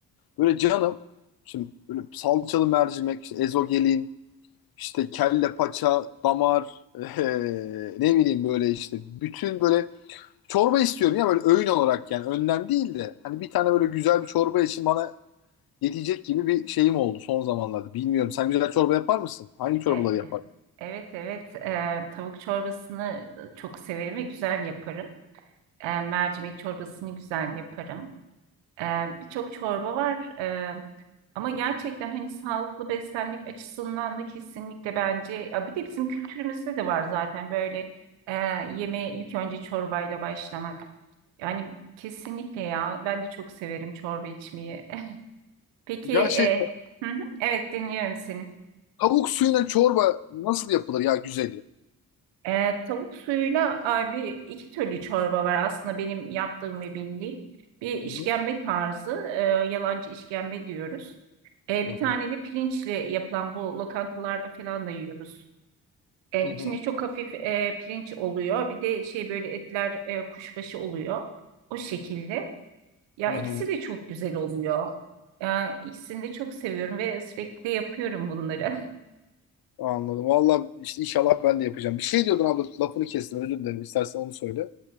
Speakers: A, on the left; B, on the right.
A: Böyle canım şimdi böyle salçalı mercimek, işte ezogelin, işte kelle paça, damar, e, <laughs> ne bileyim böyle işte bütün böyle çorba istiyorum ya böyle öğün olarak yani önden değil de hani bir tane böyle güzel bir çorba için bana yetecek gibi bir şeyim oldu son zamanlarda. Bilmiyorum sen güzel çorba yapar mısın? Hangi çorbaları
B: E,
A: yapar?
B: Evet evet Ee, tavuk çorbasını çok severim ve güzel yaparım. Ee, mercimek çorbasını güzel yaparım. Ee, birçok çorba var Ee, ama gerçekten hani sağlıklı beslenmek açısından da kesinlikle bence ya bir de bizim kültürümüzde de var zaten böyle e, yemeğe ilk önce çorbayla başlamak. Yani kesinlikle ya ben de çok severim çorba içmeyi. <laughs> Peki
A: Ya
B: e,
A: şey
B: hı hı, evet dinliyorum seni.
A: Tavuk suyuna çorba nasıl yapılır ya güzeli?
B: E, tavuk suyuyla ay, bir iki türlü çorba var aslında benim yaptığım ve bildiğim. Bir işkembe
A: Hı hı,
B: tarzı, e, yalancı işkembe diyoruz. E, bir
A: hı
B: tane
A: hı,
B: de pirinçle yapılan bu lokantalarda falan da yiyoruz. E,
A: hı
B: içinde
A: hı,
B: çok hafif e, pirinç oluyor. Bir de şey böyle etler e, kuşbaşı oluyor. O şekilde. Ya
A: hı
B: ikisi
A: hı.
B: de çok güzel oluyor. Ya ikisini de çok seviyorum ve sürekli yapıyorum bunları.
A: Anladım. Valla işte inşallah ben de yapacağım. Bir şey diyordun abla lafını kestim özür dilerim. İstersen onu söyle.